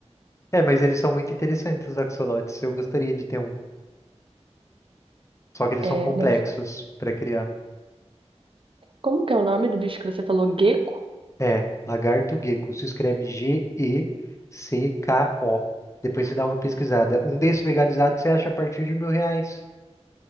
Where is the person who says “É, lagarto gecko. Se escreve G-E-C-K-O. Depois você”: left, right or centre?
Left